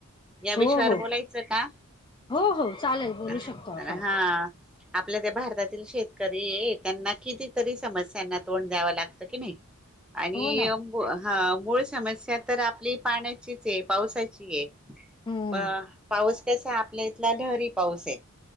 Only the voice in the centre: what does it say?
या
विषयावर
बोलायचं का?
हा,
आपल्या ते भारतातील शेतकरी आहे. त्यांना कितीतरी समस्यांना तोंड द्यावं लागतं की नाही. आणि,
हा मूळ समस्या तर आपली पाण्याचीच आहे, पावसाची आहे.
अ पाऊस कसा आहे, आपल्या इथला ढरी पाऊस आहे.